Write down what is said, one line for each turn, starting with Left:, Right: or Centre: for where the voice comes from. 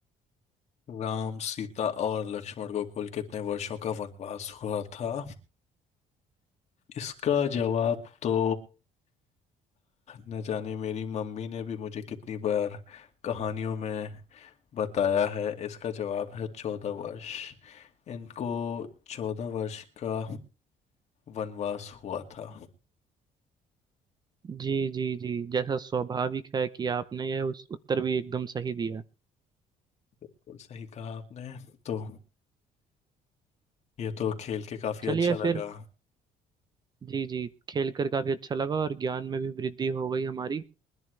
Left: राम सीता और लक्ष्मण को कुल कितने वर्षों का वनवास हुआ था इसका जवाब तो न जाने मेरी मम्मी ने भी मुझे कितनी बार कहानियों में बताया है इसका जवाब है चौदह वर्ष इनको चौदह वर्ष का वनवास हुआ था
Right: जी जी जी जैसा स्वाभाविक है कि आपने यह उस उत्तर भी एकदम सही दिया
Left: बिल्कुल सही कहा आपने तो ये तो खेल के काफी
Right: चलिए
Left: अच्छा लगा
Right: फिर जी जी खेल कर काफी अच्छा लगा और ज्ञान में भी वृद्धि हो गई हमारी